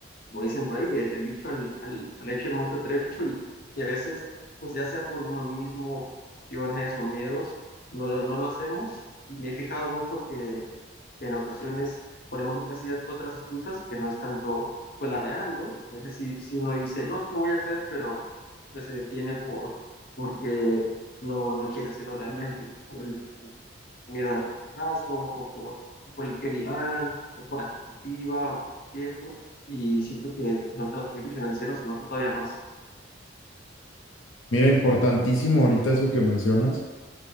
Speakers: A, on the left (about 50°); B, on the left (about 80°).
A: como dicen por ahí, de- del dicho al, al, al hecho hay mucho trecho y, y a veces, pues ya sea por uno mismo, por cuestiones o miedos, no, lo- no lo hacemos. Y me he fijado mucho que en ocasiones ponemos otras ideas, otras excusas que no es tanto pues la real, ¿no? A veces si, si uno dice, no, sí lo voy a hacer, pero pues, se detiene por, porque no, no quiere hacerlo realmente, por el miedo al fracaso, o por, por el que dirán, o por la expectativa, o por el tiempo, y siento que no tan los proyectos financieros se nota todavía más.
B: Mira, importantísimo ahorita eso que mencionas